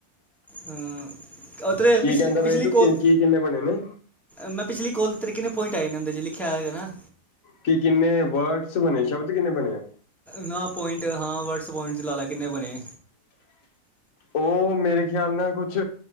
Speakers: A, in the centre; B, on the left.
A: ਹਾਂ, ਅਤਰ
B: ਕੀ
A: ਪਿਛਲੇ-ਪਿਛਲੀ
B: ਕਹਿੰਦਾ ਬਈ ਤੂੰ
A: ਕੋੌਲ
B: ਕਿ ਕੀ ਕਿੰਨੇ ਬਣੇ ਨੇ
A: ਮੈਂ ਪਿਛਲੀ ਕੋਲ ਤੇਰੇ ਕਿੰਨੇ ਪੁਆਇੰਟ ਆਏ ਨੇ, ਉਂਦੇ ਚ ਲਿਖਿਆ ਹੋਏਗਾ ਨਾ।
B: ਕਿ ਕਿੰਨੇ ਵਰਡਸ ਬਣੇ, ਸ਼ਬਦ ਕਿੰਨੇ ਬਣੇ ਆ?
A: ਨਾ ਪੁਆਇੰਟ ਹਾਂ ਵਡਜ਼ ਪੁਆਇੰਟ ਚ ਲਾ ਲੈ ਕਿੰਨੇ ਬਣੇ?
B: ਉਹ ਮੇਰੇ ਖਿਆਲ ਨਾਲ ਕੁਛ